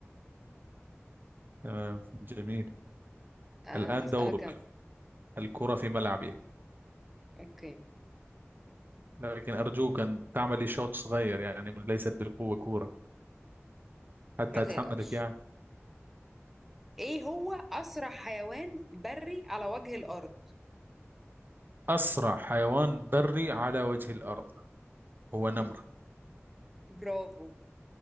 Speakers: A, on the right; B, in the centre.
A: تمام جميل
B: <laughs>
A: الآن
B: اسالك
A: دورك
B: انا
A: الكرة في ملعبي
B: اوكي
A: لكن أرجوك أن تعملي شوط صغير يعني ليست بالقوة كورة حتى
B: ما تقلقش
A: أتحملك يعني
B: ايه هو اسرع حيوان بري على وجه الارض
A: أسرع حيوان بري على وجه الأرض هو نمر
B: مم. برافو